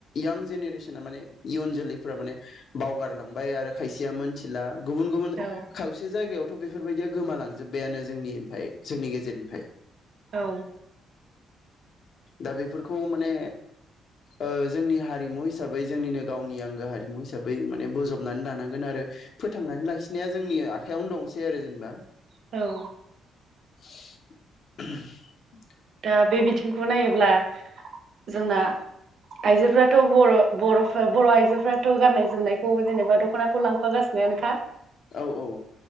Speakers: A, on the left; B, on the right.
A: यां जेनेरेसना माने इयुन जोलैफ्रा माने बावगारलांबाय आरो खायसेया मोनथिला। गुबुन गुबुन
B: औ
A: खावसे जायगायाव थ' बेफोरबायदि दिया गोमालांजोब्बायानो जोंनि ओमफ्राय जोंनि गेजेरनिफ्राय।
B: औ
A: दा बेफोरखौ माने ओ जोंनि हारिमु हिस हिसाबै जोंनिनो गावनि आंगो हारिमु हिसाबै माने बजबनानै लानांगोन आरो फोथांनानै लाखिनाया जोंनि आखायावनो दंसै आरो जेनेबा।
B: औ
A: <inaudible>
B: दा बे बिथिंखौ नायोब्ला जोंना आइजोफ्राथ' बर' बर'फ बर' आइजोफ्राथ' गाननाय जोमनायखौ जेनेबा दख'नाखौ लांफागासिनोआनोखा।
A: औ औ